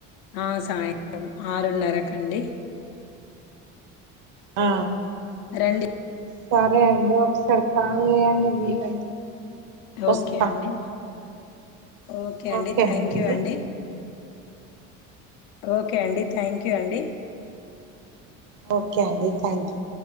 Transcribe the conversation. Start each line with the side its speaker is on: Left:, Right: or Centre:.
Left: ఆ సాయంత్రం ఆరున్నరకండి
Right: ఆ
Left: రెండి
Right: సరే అండి ఒకసారి కాల్ చేయండి వీలైతే వస్తా
Left: ఓకే అండి ఓకే అండి
Right: ఓకేనండి
Left: థ్యాంక్ యూ అండి ఓకే అండి థ్యాంక్ యూ అండి
Right: ఓకే అండి థ్యాంక్ యూ